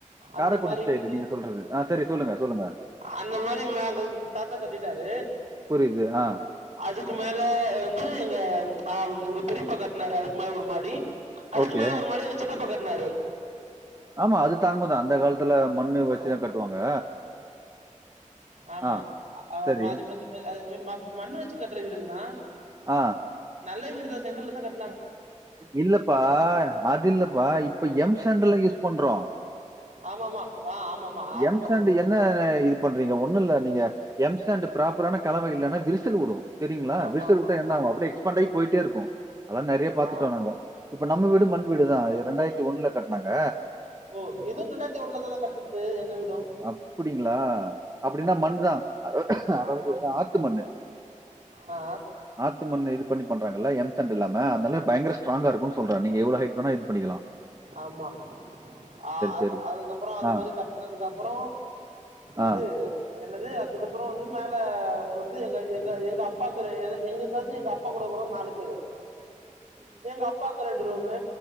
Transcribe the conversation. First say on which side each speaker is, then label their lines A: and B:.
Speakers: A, on the right; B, on the right.
A: காரைக்குடி
B: அந்த மாரி
A: ஸ்டைல்
B: வீடு
A: நீங்க சொல்றது ஆ சேரி சொல்லுங்க சொல்லுங்க
B: அந்த மாரி நாங்க தாத்தா கட்டிட்டாரு
A: புரிது ஆ
B: அதுக்கு மேல வந்து எங்க அ எங்க பெரிப்பா கட்னாரு அதுக்கு மேல ஒரு மாடி அதுக்கு
A: ஓகே.
B: மேல ஒரு மாடி எங்க சித்தப்ப கட்னாரு
A: ஆமா அது தாங்கு தா அந்த காலத்து அந்த காலத்துல மண்ண வச்சிதா
B: ஆ-
A: கட்டுவாங்க
B: ஆமா
A: ஆ சரி.
B: மாதி மாதி மண்ணூ வச்சு கட்ற வீடுல்லா
A: ஆ
B: நல்ல வீடு தா செங்கல் தா கட்
A: இல்லப்பா அது இல்லப்பா இப்ப எம் செண்டல்லா யூஸ் பண்றோ
B: ஆமாமா ஆ ஆமாமா ஆத்து
A: எம்
B: மணல்
A: சாண்ட்
B: யூஷ் பண்
A: என்ன இது பண்றீங்க ஒன்னு இல்ல நீங்க எம்ஸாண்ட் ப்ராப்பரான கலவயில்லனா விரசல் விடு தெரிங்ளா
B: ஆமா
A: விசல்
B: ஆமா
A: வுட்ட
B: ஆமா
A: என்னாகு அப்டெ எக்ஸ்பண்ட் ஆகி போயிட்டே இருக்கு அதா நிறைய பாத்துட்டொ
B: ஆ
A: நாங்க இப்ப நம்ம வீடு மண் வீடுதா இரண்டாயிரத்தி ஒண்ணுல கட்னாங்க
B: ஓ இது ரெண்டாயிரத்தி ஒண்ணுலதா கட்டுனது எங்க வீடு
A: அப்டிங்ளா அப்டின்னா மண்ணு தா அதாவ்து
B: ஆமா ஆமா
A: ஆத்து மண்ணு
B: ஆ
A: ஆத்துமண்ணு இது பண்ணி பண்றாங்கள எம்சன் இல்லாம அதால பயங்ர ஸ்ட்ராங்கா இருக்கு சொல்ற நீங்க எவ்ள ஹட் இது பண்ணிக்லா
B: ஆமா அ அது
A: சரி.
B: அதுக்கப்ற அந்த
A: ஆ,
B: மாரி கட்னதுக்கு அப்ற இது
A: ஆ.
B: என்னது அதுக்கப்ற வந்து மேல வந்து எங்க எங்க எங்க அப்பாக்கு எங்கதாது எங்க அப்பா எங்கப்பா கூட போறாங்க நாலு பேரு
A: <inaudible>
B: எங்க அப்பாக்கு ரெண்டு ரூமு